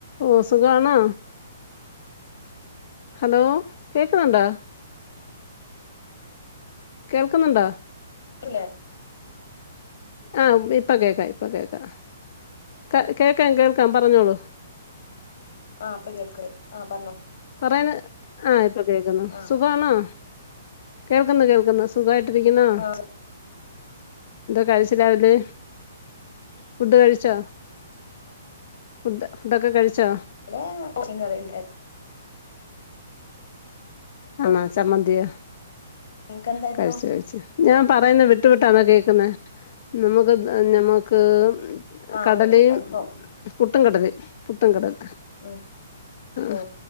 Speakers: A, on the left; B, on the left.
A: ഓ സുഖണോ ഹലോ കേക്കുന്നുണ്ടോ? കേൾക്കുന്നുണ്ടോ?
B: ല്ലേ
A: ആഹ് ഇപ്പ കേക്കാ ഇപ്പ കേക്കാ ക കേക്കാം കേൾക്കാം പറഞ്ഞോളൂ
B: ആഹ് പ്പൊ കേൾക്ക് ആ പറഞ്ഞോ
A: പറയണ് ആ ഇപ്പൊ കേക്കുന്നു
B: ആ
A: സുഖാണോ? കേൾക്ക്ന്ന് കേൾക്ക്ന്ന് സുഖായിട്ടിരിക്കുന്നോ?
B: ആ
A: കഴിച്ച് രാവിലെ ഫുഡ് കഴിച്ചോ? ഫുഡ് ഫുഡൊക്കെ കഴിച്ചോ?
B: ല്ലെ റച്ചി കറിണ്ടായിരുന്നു
A: ആണാ ചമ്മന്തിയോ
B: നിനക്ക് എന്തായിരുന്നു
A: കഴിച്ച് കഴിച്ച് ഞാൻ പറയുന്നെ വിട്ടു വിട്ടാണോ കേക്കുന്ന് നമുക്ക് നമ്മുക്ക്
B: ആ
A: കടലീം
B: അല്പ്പം
A: പുട്ടും കടലിം പുട്ടും കടൽ
B: ഉം
A: ആ
B: ഓ